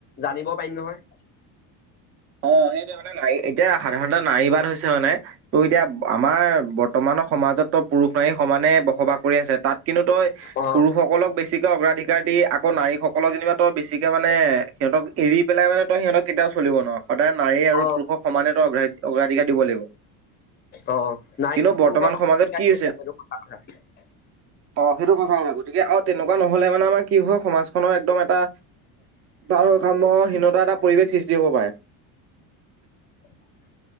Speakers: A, on the left; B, on the right.
A: জানিব পাৰিম নহয়
B: অ' সেইটোৱে মানে নাৰী এতিয়া সাধাৰণতে নাৰী বাদ হৈছে মানে, ত' এতিয়া আমাৰ বৰ্তমানৰ সমাজত পুৰুষ নাৰী সমানে বসবাস কৰি আছে, তাত কিন্তু তই
A: অ
B: পুৰুষসকলক বেছিকে অগ্ৰাধিক কাৰ দি আকৌ নাৰীসকলক যেনিবা তই বেছিকে মানে সিহঁতক এৰি পেলাই মানে তই সিহঁতক কেতিয়াও চলিব নোৱাৰ সদায় নাৰী আৰু
A: অ অ
B: পুৰুষক সমানে তই অগ্ৰাধিকাৰ দিব লাগিব।
A: অ', নাৰী
B: কিন্তু বৰ্তমান সমাজত কি হৈছে
A: <unintelligible>
B: অ' সেইটো সচা কথা। গতিকে আৰু তেনেকুৱা নহলে মানে আমাৰ কি হয় সমাজখনৰ একদম এটা ভাৰসাম্যহীনতা এটা পৰিৱেশ সৃষ্টি হব পাৰে
A: <inaudible>